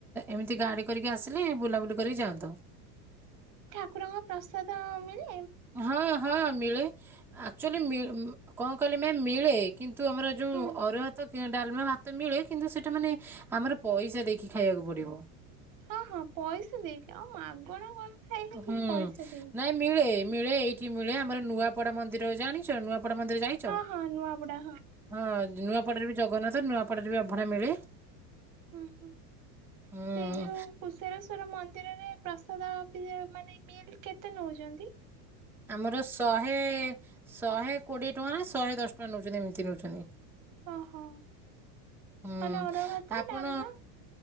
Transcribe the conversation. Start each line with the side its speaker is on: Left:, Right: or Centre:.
Centre: ଏମିତି ଗାଡି କରିକି ଆସିଲେ ବୁଲାବୁଲି କରିକି ଯାଆନ୍ତ।
Right: ଠାକୁର ଙ୍କ ପ୍ରସାଦ ମିଳୀ
Centre: ହଁ ହଁ ମିଳେ। ଆକ୍ଚୁଆଲି କଣ କହିଲେ ମ ମିଳେ କିନ୍ତୁ ଆମର ଯୋଉ
Right: ହୁଁ।
Centre: ଅରୁଆ ଭାତ ଡାଲମାଆ ଭାତ ମିଳେ କିନ୍ତୁ ସେଟା ମାନେ ଆମର ପଇସା ଦେଇକି ଖାଇବାକୁ ପଡିବ।
Right: ହଁ ହଁ ପଇସା ଦେଇକି ଆଉ ମାଗଣା କଣ। ଖାଇବି
Centre: ହୁଁ
Right: ପଇସା ଦେଇକି
Centre: ନାଇଁ ମିଳେ ମିଳେ ଏଇଠି ମିଳେ ଆମର ନୂଆପଡା ମନ୍ଦିର ଜାଣିଛ ନୂଆ ମନ୍ଦିର ଯାଇଛ
Right: ହଁ ହଁ ନୂଆବୁଡା
Centre: ହଁ ନୂଆପଡରେ ବି ଜଗନ୍ନାଥ ନୂଆ ପଟରେ ବି ଅଭଣା ମିଳେ।
Right: ହୁଁ ହୁଁ ସେଇ
Centre: ହୁଁ
Right: ଯୋଉ କୁଷର ର ମନ୍ଦିରରେ ପ୍ରସାଦ ଅ ମାନେ ମିଲ୍ କେତେ ନେଉଛନ୍ତି?
Centre: ଆମର ଶହେ ଶହେ କୋଡିଏ ଟଙ୍କା ନା ଶହେ ଦଶ ଟଙ୍କା ନେଉଛନ୍ତି ଏମିତି ନେଉଛନ୍ତି।
Right: ଓହୋ
Centre: ହୁଁ
Right: ମାନେ ଅରୁଆ ଭାତ
Centre: ଆପଣ
Right: ଡାଲମା